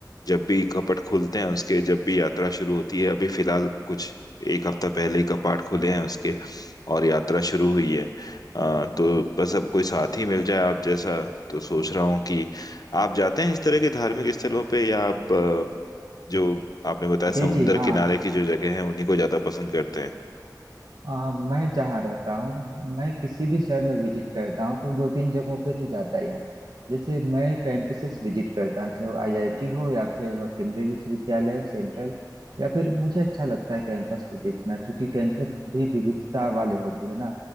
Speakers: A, on the left; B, on the right.
A: जब भी कपट खुलते हैं उसके जब भी यात्रा शुरू होती है अभी फिलहाल कुछ एक हफ्ता पहले ही कपाट खुले हैं उसके और यात्रा शुरू हुई है अ, तो बस अब कोई साथी मिल जाए आप जैसा तो सोच रहा हूँ कि आप जाते हैं इस तरह के धार्मिक स्थलों पे या आप अ, जो आपने बताया समुन्दर
B: जी जी हाँ
A: किनारे की जो जगह है उन्हीं को ज्यादा पसंद करते हैं
B: आ, मैं जहाँ रहता हूँ मैं किसी भी शहर में विजिट करता हूँ तो दो तीन जगहों पे तो जाता ही हूँ जैसे मैं कैंपसेस विजिट करता हूँ चाहे आईआईटी हो या फिर वह केंद्रीय विश्वविद्यालय हो सेंट्रल या फिर मुझे अच्छा लगता है कैंपस को देखना क्योंकि कैंपस भी विविधता वाले होते हैं ना